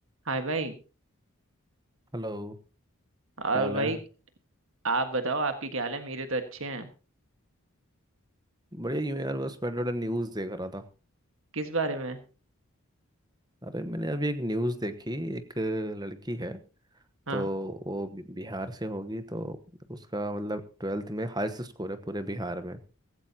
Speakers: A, on the right; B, on the right.
A: हाय भाई
B: Hello
A: और
B: क्या हाल
A: भाई
B: है
A: आप बताओ आपके क्या हाल है मेरे तो अच्छे हैं
B: बढ़िया ही हूँ यार बस बैठे बैठे न्यूज़ देख रहा था
A: किस बारे में
B: अरे मैंने अभी एक न्यूज़ देखी एक लड़की है
A: हाँ
B: तो वो बि- बिहार से होगी तो उसका मतलब ट्वेल्थ में हाईएस्ट स्कोर है पूरे बिहार में